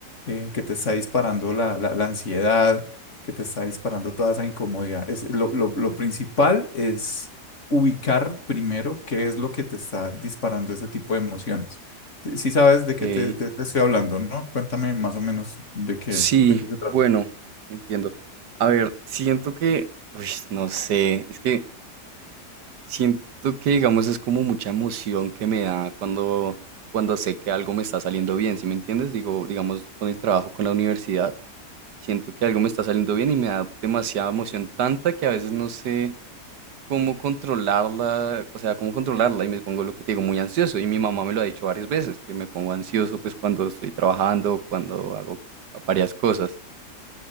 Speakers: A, on the left (about 45°); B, on the right (about 75°).
A: eh, que te está disparando la, la la ansiedad que te está disparando toda esa incomodidad. Es, lo, lo- lo principal es ubicar primero qué es lo que te está disparando ese tipo de emociones. Si sabes de qué
B: Ey,
A: te, te- te estoy hablando, ¿no? Cuéntame más o menos de qué
B: sí,
A: es, de qué se trata.
B: bueno, entiendo. A ver, siento que, uy, no sé, es que siento que, digamos, es como mucha emoción que me da cuando, cuando sé que algo me está saliendo bien, ¿sí me entiendes? Digo, digamos, con el trabajo, con la universidad. Siento que algo me está saliendo bien y me da demasiada emoción, tanta que a veces no sé cómo controlarla, o sea, cómo controlarla y me pongo lo que te digo, muy ansioso. Y mi mamá me lo ha dicho varias veces, que me pongo ansioso pues cuando estoy trabajando, cuando hago varias cosas.